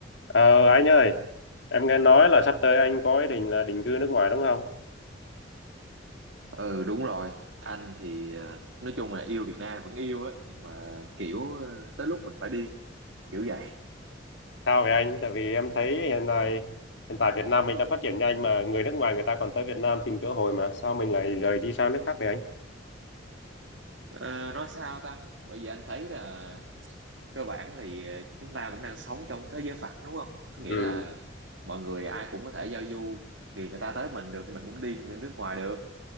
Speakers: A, on the left (about 70°); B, on the right (about 80°).
A: Ờ, anh ơi, em nghe nói là sắp tới anh có ý định là định cư nước ngoài đúng không?
B: ừ đúng rồi anh thì ờ, nói chung là yêu Việt Nam vẫn yêu á nhưng mà kiểu ờ, tới lúc mình phải đi kiểu vậy
A: Sao vậy anh? Tại vì em thấy hiện nay hiện tại Việt Nam mình đã phát triển nhanh mà người nước ngoài người ta còn tới Việt Nam tìm cơ hội mà sao mình lại rời đi sang nước khác vậy anh?
B: Ờ, nói sao ta bởi vì anh thấy là cơ bản thì ờ, chúng ta cũng đang sống trong thế giới phẳng đúng không có nghĩa
A: Ừ,
B: là mọi người ai cũng có thể giao du thì người ta tới mình được thì mình cũng đi người nước ngoài được